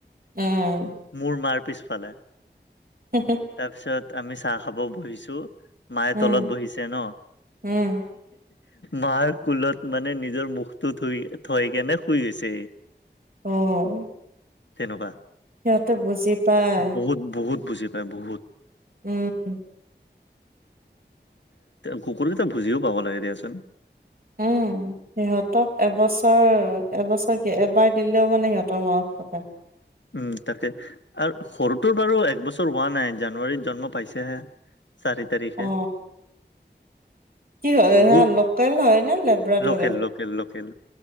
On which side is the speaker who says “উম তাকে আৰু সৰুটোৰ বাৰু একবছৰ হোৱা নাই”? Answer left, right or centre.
Left